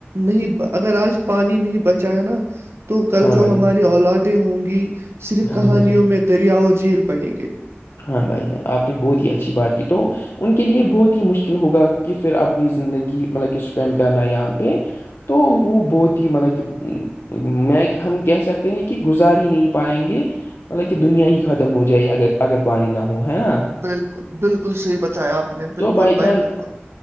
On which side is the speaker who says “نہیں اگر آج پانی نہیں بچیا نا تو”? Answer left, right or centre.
Right